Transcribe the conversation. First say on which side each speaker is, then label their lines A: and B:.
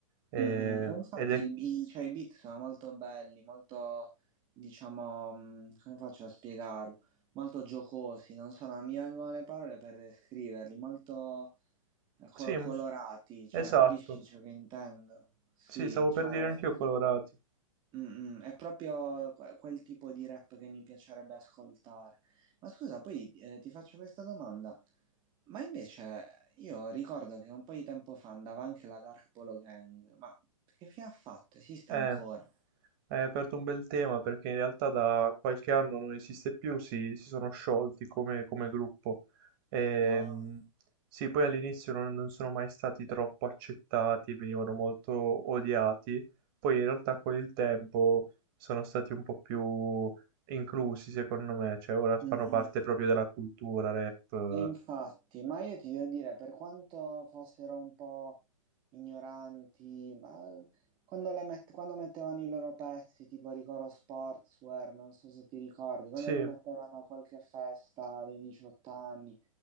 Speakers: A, on the right; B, on the right.
A: E-
B: Mm, mm. Oh, Infatti,
A: Ed è
B: Mm. il- i, cioè, i beat sono molto belli, molto, diciamo, mm, come faccio a spiegarlo? Molto giocosi, non so, non mi vengono le parole per descriverli, molto eh, co-
A: Sì,
B: colorati,
A: mu-
B: cioè,
A: esatto.
B: capisci ciò che intendo? Sì,
A: Sì, stavo
B: cioè,
A: per dire anch'io colorati.
B: Mm, mm, è proprio que- quel tipo di rap che mi piacerebbe ascoltare. Ma scusa, poi eh, ti faccio questa domanda. Ma invece io ricordo che un po' di tempo fa andava anche la Dark Polo Gang, ma che fine ha fatto? Esiste
A: Eh,
B: ancora?
A: hai aperto un bel tema perché in realtà da qualche anno non esiste più, si, si sono sciolti come, come gruppo. Ehm,
B: No.
A: sì, poi all'inizio non, non sono mai stati troppo accettati, venivano molto odiati. Poi in realtà con il tempo sono stati un po' più inclusi, secondo me. Cioè, ora fanno
B: Mm,
A: parte
B: mm.
A: proprio della cultura rap.
B: E infatti, ma io ti devo dire, per quanto fossero un po' ignoranti, ma quando, le met- quando mettevano i loro pezzi, tipo Ricoro Sportswear, non so se ti ricordi, quando
A: Sì.
B: li mettevano a qualche festa dei 18 anni,